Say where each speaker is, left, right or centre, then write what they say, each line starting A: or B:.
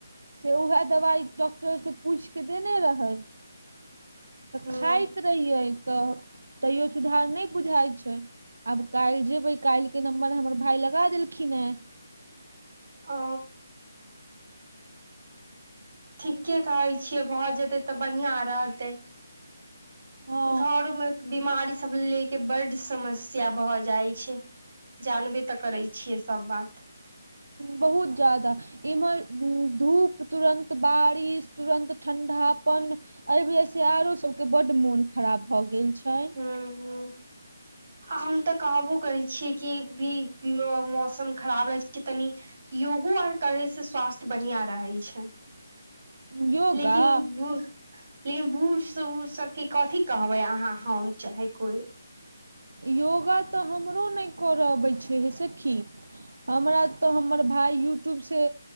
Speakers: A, on the right; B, on the right.
A: से उएह दबाइ डॉक्टर से पूछि के देने रहै त
B: हूं
A: खाइत रहियै त तैयो सुधार नय बुझाइत छै आब काईल जेबै काईल के नम्बर हमर भाय लगा देलखिन हे
B: ओ ठीके कहै छियै भऽ जेतै तऽ बढ़िआ रहतै
A: हँ
B: घरो मे बीमारी सब लेके के बड्ड समस्या भऽ जाइ छै जानबे तऽ करे छियै सब बात
A: बहुत जादा इमहर धूप तुरन्त बारिश तुरन्त ठण्डापन एहि बेर स आरो सभके बड्ड मोन खराब भऽ गेल छै
B: हूं हूं हम तऽ कहबो करै छियै कि ई मौसम खराब रहै छै तनी योगो आर करै से स्वास्थ बढ़िआँ रहै छै
A: <inaudible> योगा
B: लेकिन बूढ़ लेकिन बूढ़ स सबके कथी कहबै अहाँ हम चाहे कोइ
A: योगा तऽ हमरो नहि करऽ अबै छै हे सेखी हमरा तऽ हमर भाय यूट्यूब से